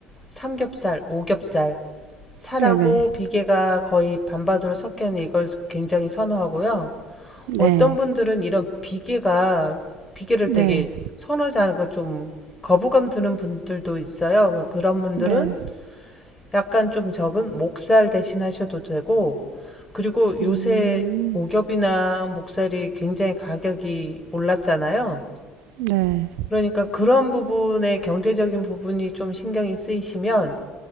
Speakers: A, on the left; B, on the right.
A: 삼겹살, 오겹살, 살하고
B: 네네.
A: 비계가 거의 반반으로 섞여 있는 이걸 굉장히 선호하고요.
B: 네.
A: 어떤 분들은 이런 비계가 비계를
B: 네.
A: 되게 선호하지 않고 좀 거부감 드는 분들도 있어요. 그러니까 그런 분들은
B: 네.
A: 약간 좀 적은 목살 대신 하셔도 되고 그리고 요새
B: 음.
A: 오겹이나 목살이 굉장히 가격이 올랐잖아요.
B: 네.
A: 그러니까 그런 부분에 경제적인 부분이 좀 신경이 쓰이시면